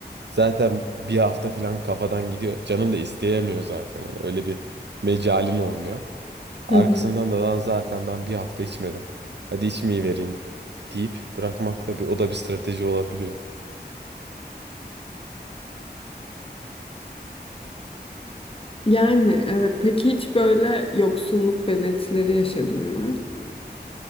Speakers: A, on the right; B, on the left.
A: zaten bir hafta falan kafadan gidiyor. Canın da isteyemiyor zaten. Hani öyle bir mecalin olmuyor. Arkasından
B: Hı hı.
A: da lan zaten ben bir hafta içmedim. Hadi içmeyi vereyim deyip bırakmakla bir o da bir strateji olabiliyor.
B: Yani evet. Peki hiç böyle yoksunluk belirtileri yaşadın mı?